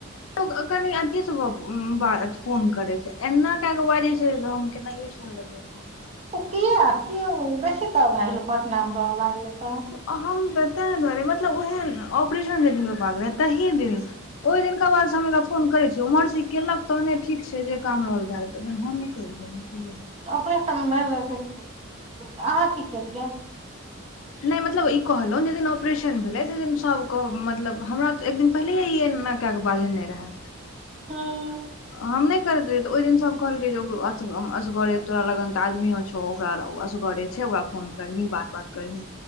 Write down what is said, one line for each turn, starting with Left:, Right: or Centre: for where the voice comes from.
Left: ए कनि अथीसँ गप बात फोन करै छै एना कए कऽ बाज जे छै के नहि छोर देलये फोन
Right: ओ किया कि बेसी तऽ भए गेलै पटना मे रहय लागलै तऽ
Left: तऽ तेहि दुआरे मतलब ओहे ऑपरेशन दिन भाग रहेै तही दिन ओहि दिनका बाद से हम एकरा फोन करे छीय ओ मर्जी केलक तहने ठीक छै जे काम रहल भय गेल हम नहि करै छी <inaudible>
Right: तऽ ऑपरेशन भेलैऽ अहाँ की केलियै
Left: नहि मतलब कहलहुँ जाहि दिन ऑपरेशन भेलै तहि दिन सभके मतलब हमरा तऽ एक दिन पहिलेे ई बझ नहि रहै
Right: हूँ
Left: हम नहि करैत रहै तऽ ओहि दिन सब कहलकै जे ओ अस असगरे तोरा लगन तऽ आदमियो छौ ओकरा ओ असगरे छै ओकरा फोन करनी बात बात करही